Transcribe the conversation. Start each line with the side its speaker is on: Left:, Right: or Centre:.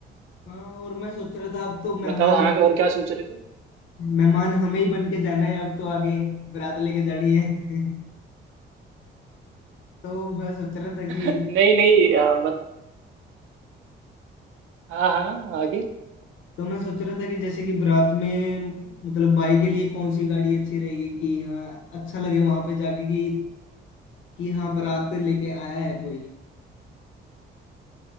Left: हाँ और मैं सोच रहा था अब तो मेहमान
Right: बताओ हाँ
Left: हम-
Right: और क्या सोच रहे थे
Left: मेहमान हमें ही बन के जाना है अब तो आगे बारात लेके जानी है <laughs> तो मैं सोच रहा था
Right: <laughs>
Left: कि
Right: नहीं नहीं अ, बत, हाँ हाँ आगे
Left: तो मैं सोच रहा था कि जैसे कि बारात में मतलब बाई के लिए कौन सी गाड़ी अच्छी रहेगी कि हाँ अच्छा लगे वहां पे जाके कि कि हाँ बारात लेके आया है कोई